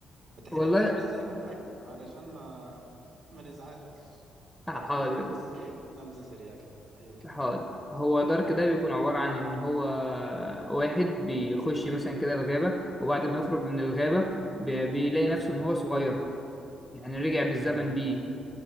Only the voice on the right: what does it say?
ما تحرقليش
بس اهم حاجة علشان ما <laughs> ما نزعلش
احكي لي بس ايه نبذة سريعة كده ايوه كده
تمام
تمام